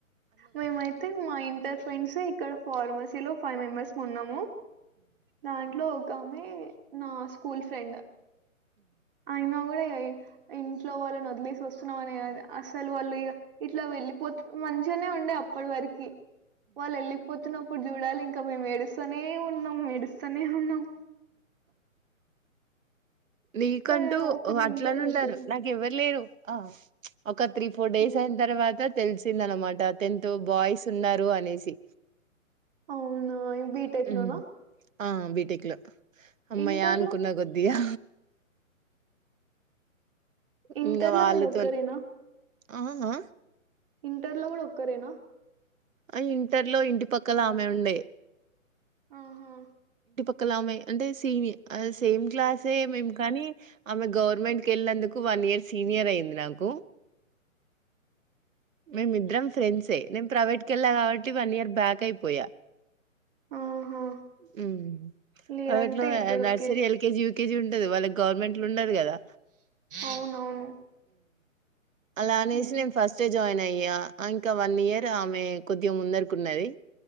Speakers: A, on the right (about 40°); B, on the right (about 70°).
A: మేమైతే మా ఇంటర్ ఫ్రెండ్స్ ఇక్కడ ఫార్మసీ లో ఫైవ్ మెంబర్స్ ము ఉన్నాము దాంట్లో ఒక్కమే నా స్కూల్ ఫ్రెండ్ అయినా కూడా ఇగ ఇంట్లో వాళ్ళని వదిలేసి వస్తున్నామని అసలు వాళ్ళు ఇగ ఇట్లా వెళ్ళలిపోతు మంచిగానే ఉండే అప్పటి వరకి, వాళ్ళు వెళ్ళిపోతున్నప్పుడు చూడాలి ఇంకా మేము ఏడుస్తూ. స్తనే ఉన్నాం ఏడుస్తనే ఉన్నాం
B: నీకంటూ
A: కా ఒకటి
B: అట్లన్న
A: ఇంటర్ ఒకరు
B: ఉన్నారు. నాకు ఎవ్వరు లేరు ఆ ఒక త్రీ ఫోర్ డేస్
A: హ్మ్
B: అయిన తర్వాత. తెలిసింది అనమాట టెన్త్ బాయ్స్ ఉన్నారు అనేసి
A: అవునా బీటెక్
B: ఉమ్.
A: లోనా
B: ఆ బిటెక్ లో హమ్మయ్య
A: ఇంటర్లో
B: అనుకున్న కొద్దిగా
A: ఇంటర్
B: ఇంగా
A: లో
B: వాళ్ళతోన్
A: మీరు ఒక్కరేనా
B: ఆహా హా
A: ఇంటర్లో కూడా ఒక్కరేనా
B: ఆ ఇంటర్లో ఇంటి పక్కల ఆమె ఉండే
A: ఆహా
B: క్కలమె అంటే సీని ఆ సేమ్ క్లాసే మేం కానీ ఆమె గవర్మెంట్‌కి ఎళ్లినందుకు వ న్ ఇయర్ సీనియర్ అయింది నాకు మేమిద్దరం ఫ్రెండ్సే నేను ప్రైవేట్ కెళ్ళా కాబట్టి వన్ ఇయర్ బ్యాక్ అయిపోయా
A: ఆహా
B: హ్మ్
A: లేదంటే
B: ప్రైవేట్లో
A: ఇద్దరు
B: నర్సరి
A: ఒకే
B: ఎల్కజీ యు కేజి ఉంటాది వాళ్ళకి గవర్మెంట్లో ఉండదు కదా
A: అవునవును
B: అలా అనేసి
A: హ్మ్
B: నేను ఫస్ట్ ఏ జాయిన్ అయ్యా ఇంకా వన్ ఇయర్ ఆమె కొద్దిగా ముందరకున్నది